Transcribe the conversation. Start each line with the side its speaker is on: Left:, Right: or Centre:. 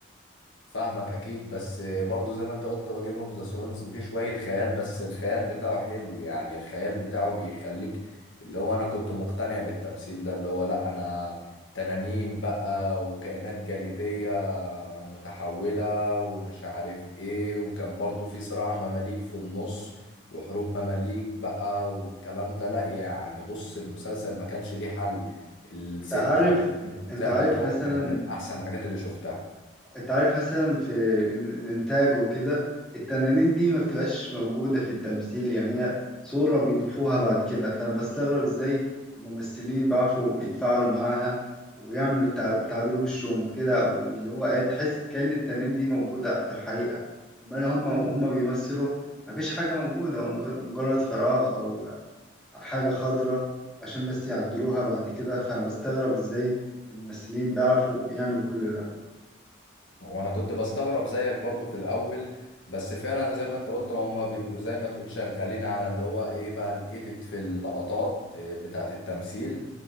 Left: فاهمك اكيد بس برضو زي ما انت قلت هو جيم اوف ذا ثرونز فيه شوية خيال بس الخيال بتاعه حلو يعني الخيال بتاعه بيخليك اللي هو انا كنت مقتنع بالتمثيل ده اللي هو لا انا تنانين بقى وكائنات جليدية متحولة ومش عارف ايه وكان برضو في صراع مماليك في النص وحروب مماليك بقى والكلام ده لا يعني بص المسلسل ما كانش ليه حل الست
Centre: أنت عارف
Left: او الثمان اجزاء
Centre: أنت عارف
Left: بتوعه
Centre: مثلا
Left: كانوا من احسن الحاجات اللي شفتها
Centre: انت عارف مثلا في الانتاج وكده التنانين دي ما بتبقاش موجودة في التمثيل يعني هي صورة بيضيفوها بعد كده فانا بستغرب ازاي الممثلين بيعرفوا يتفاعلوا معاها ويعملوا التعب- تعبير وشهم كده واللي هو ايه تحس كأن التنانين دي موجودة في الحقيقة امال هم هم بيمثلوا مفيش حاجة موجودة هو مجر- مجرد فراغ او حاجة خضراء عشان بس يعدلوها بعد كده فبستغرب ازاي الممثلين بيعرفوا يعملوا كل ده
Left: وانا كنت بستغرب زيك برضو في الاول بس فعلا زي ما انت قلت هم بيبقوا زي ما تقول شغالين على اللي هو ايه بقى الايديت في اللقطات إيه، بتاعت التمثيل